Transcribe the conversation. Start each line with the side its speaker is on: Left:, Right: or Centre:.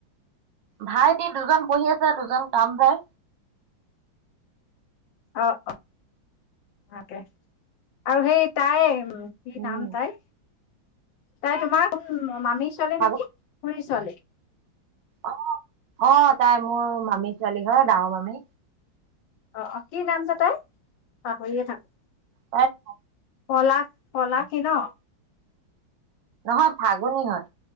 Right: ভাইটি দুজন পঢ়ি আছে, দুজন কাম যায়।
Left: অ' অ', তাকে। আৰু সেই তাই - কি
Right: উম
Left: নাম তাইৰ? তাই তোমাৰ মামিৰ ছোৱালী
Right: অ
Left: নেকি? খুৰিৰ ছোৱালী?
Right: অ', অ', তাই মোৰ মামীৰ ছোৱালী হয়, ডাঙৰ মামী।
Left: অ' অ', কি নাম যে তাইৰ? পাহৰিয়ে থাকোঁ।
Right: পেত।
Left: পলাশ-পলাশী ন'?
Right: নহয়, ফাগুনি হয়।